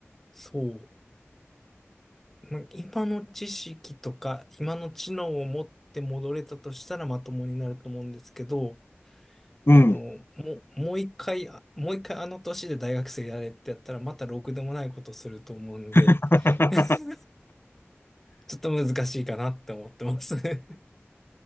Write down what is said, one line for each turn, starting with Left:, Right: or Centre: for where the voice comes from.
Centre: そう。なんか今の知識とか、今の知能を持って戻れたとしたらまともになると思うんですけど、
Left: うん。
Centre: あの、もう、もう一回、あもう一回あの年で大学生やれってやったらまたろくでもないことすると思うんで、
Left: <laughs>
Centre: <laughs> ちょっと難しいかなって思ってます <laughs>